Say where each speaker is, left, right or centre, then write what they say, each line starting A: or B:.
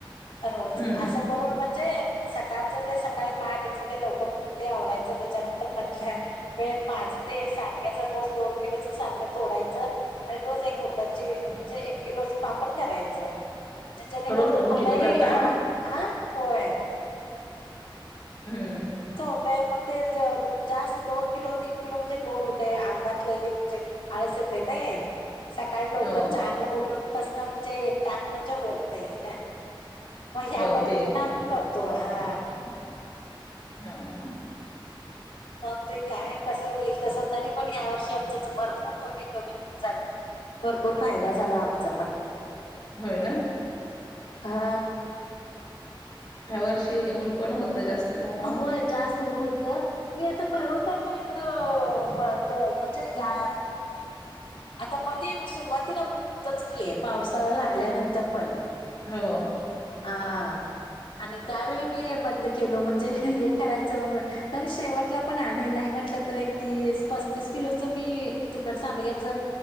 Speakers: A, on the left; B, on the left.
A: रोज
B: हम्म
A: असं करून म्हणजे सकाळचं ते सकाळी पहाटेचं ते लवकर उठुन ते आवरायचं त्याच्यानंतर मधल्या वेळेत माझं ते सांडड्याच रोज दोन किलोच सांड तोडायचं आणि रोज एक उडदाची म्हणजे एक किलोच पापड करायच. म्हणजे जेणेकरून
B: रोज दोन
A: आलाही
B: किलो करता
A: हा, हा होय.
B: हम्म
A: त होतय मग. ते जरूर जास्त दोन किलो तीन किलो म्हणजे लोड होतय अंगात लई म्हणजे आळस येतय नई. ह. सकाळी लवकर
B: हो
A: चारला उठून पसन म्हणजे एक टाक म्हणजे होत नाही. <inaudible> मग ह्या
B: हो
A: पद्धतीन
B: ते एक आहे
A: आम्ही करतो हा. <inaudible>
B: हा, हा.
A: मग ते काय तस येईल तस तरी पण हयावर्षी आमचच भरपूर ब भू विक्री झाली. भरपूर फायदा झाला आमचा पण.
B: होयना.
A: हा.
B: ह्या वर्षीऊन पण होत जास्त त्यामुळं
A: होय जास्त. तुन होत मी आता परवा परवा इकडं बंद म्हणजे या आता मध्ये सुरुवातीला ऊन होतच की पावसाळा लागल्यानंतर पण
B: हो.
A: हा. आणि त्यावेळी मी बंद केलो म्हणजे हे करायचं म्हणून तरी शेवटला पण आणि नाही. म्हटलं तर एक तीस, पस्तीस किलोच मी तिखट सांडग्याच